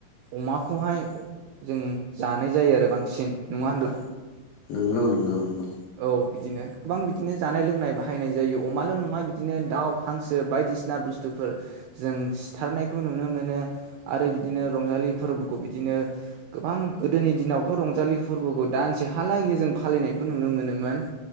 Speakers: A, on the right (about 80°); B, on the left (about 70°).
A: अमाखौहाय जों जानाय जायो आरो बांसिन नङा होनब्ला?
B: नोंगौ नोंगौ नोंगौ
A: औ बिदिनो गोबां बिदिनो जानाय लोंनाय बाहायनाय जायो अमाल नङा बिदिनो दाउ हांसो बायदिसिना बुस्थुफोर जों सिथारनायखौ नुनो मोनो आरो बिदिनो रंजालि फोरबोखौ बिदिनो गोबां गोदोनि दिनावथ रंजालि फोरबोखौ दानसेहालागै जों फालिनायखौ नुनो मोनोमोन